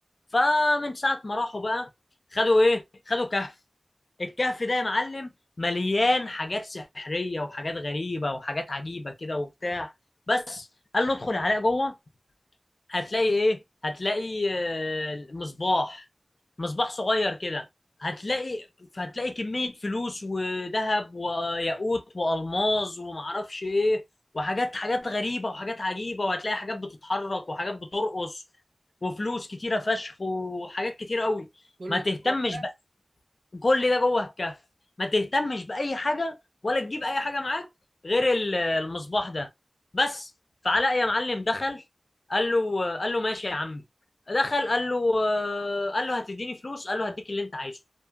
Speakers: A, on the left; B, on the right.
A: فمن ساعة ما راحوا بقى خدوا ايه خدوا كهف الكهف ده يا معلم مليان حاجات سحرية وحاجات غريبة وحاجات عجيبة كده وبتاع بس قال له ادخل يا علاء جوه هتلاقي ايه هتلاقي آه، مصباح مصباح صغير كده هتلاقي هتلاقي كمية فلوس وذهب وياقوت والماظ ومعرفش ايه وحاجات حاجات غريبة وحاجات عجيبة وهتلاقي حاجات بتتحرك وحاجات بترقص وفلوس كتيرة فشخ وحاجات كتيرة قوي
B: كل
A: ما تهتمش
B: ده جوه بتاع
A: كل ده جوه الكهف ما تهتمش بأي حاجة ولا تجيب أي حاجة معاك غير ال- المصباح ده بس فعلاء يا معلم دخل قال له قال له ماشي يا عمي دخل قال له آه، قال له هتديني فلوس قال له هديك اللي انت عايزه